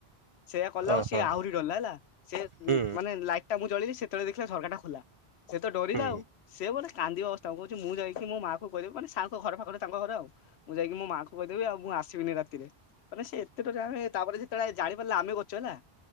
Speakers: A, on the left; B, on the right.
A: ସେଇଆ କଲା
B: ଓହୋ।
A: ଆଉ ସିଏ ଆହୁରି। ଡରିଲା ହେଲା ସେ
B: ହୁଁ
A: ମାନେ ଲାଇଟଟା ମୁଁ ଚଳେଇିଲି ସେତେବେଳେ ଦେଖିଲା ଝରକାଟା ଖୋଲା। ସେ ତ ଡରିଲା
B: ହୁଁ
A: ଆଉ ସେ ବୋଧେ କାନ୍ଦିବା ଅବ୍ ତାଙ୍କୁ କହୁଛି ମୁଁ ଯାଇକି ମୋ ମାକୁ କହିବି ମାନେ ସାରଙ୍କ ଘର ପାଖରେ ତାଙ୍କ ଘର ଆଉ। ମୁଁ ଯାଇକି ମୋ ମାଆଙ୍କୁୁ କହିଦେବି ଆଉ ମୁଁ ଆସିବିନି ରାତିରେ। ମାନେ ସେ ଏତେଟ ଆମେ ତାପରେ ଯେତେବେଳେ ଜାଣି ପାରିଲା ଆମେ କରିଛୁ ହେଲା।